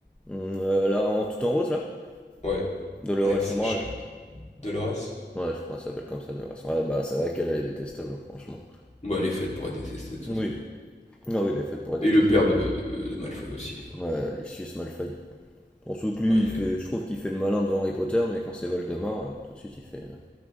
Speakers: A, in the centre; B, on the left (about 35°).
A: Mm, euh, là, en tout en rose, là
B: Ouais,
A: Dolores
B: avec ses
A: Sombrage.
B: chats et tout. Dolores?
A: Ouais, je crois que ça s'appelle comme ça, Dolores Sombrage. Ouais, bah, c'est vrai qu'elle, elle est détestable, hein, franchement.
B: Bah, elle est faite pour être détestée, de toute
A: Oui.
B: façon.
A: Ah oui, il est fait pour être
B: Et
A: détesté.
B: le père de, de Malfoy aussi.
A: Ouais, Lucius Malfoy. Surtout que lui,
B: Ouais, il
A: il fait,
B: est...
A: je trouve qu'il fait le malin devant Harry Potter, mais quand c'est Voldemort, euh, tout de suite, il fait. euh,